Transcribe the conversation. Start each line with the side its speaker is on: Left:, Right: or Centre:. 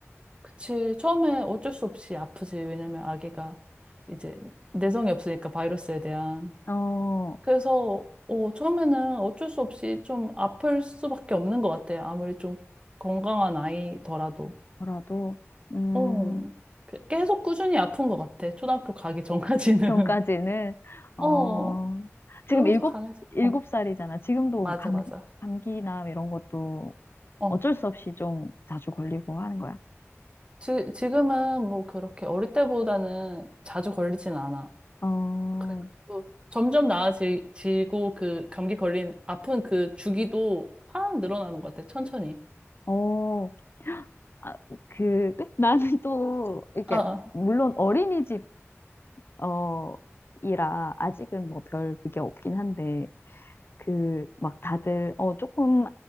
Right: 그치. 처음에 어쩔 수 없이 아프지. 왜냐면 아기가 이제 내성이 없으니까 바이러스에 대한.
Left: 어,
Right: 그래서, 어, 처음에는 어쩔 수 없이 좀 아플 수밖에 없는 것 같아. 아무리 좀 건강한 아이더라도.
Left: 뭐라도, 음,
Right: 어, 그- 계속 꾸준히 아픈 것 같아. 초등학교 가기 전까지는. <laughs>
Left: 전까지는,
Right: 어,
Left: 어,
Right: 그러면서
Left: 지금 일곱,
Right: 강해져.
Left: 일곱
Right: 어,
Left: 살이잖아. 지금도
Right: 맞아,
Left: 감기,
Right: 맞아.
Left: 감기나 이런 것도
Right: 어.
Left: 어쩔 수 없이 좀 자주 걸리고 하는 거야.
Right: 지, 지금은 뭐 그렇게 어릴 때보다는 자주 걸리진 않아.
Left: 어,
Right: 그래가지고 점점 나아지고 그 감기 걸린 아픈 그 주기도 확 늘어나는 것 같아. 천천히.
Left: 어, 아, 그, 나는 또, 이렇게,
Right: 아, 아.
Left: 물론 어린이집, 어, 이라 아직은 뭐 별 그게 없긴 한데, 그, 막 다들, 어, 조금,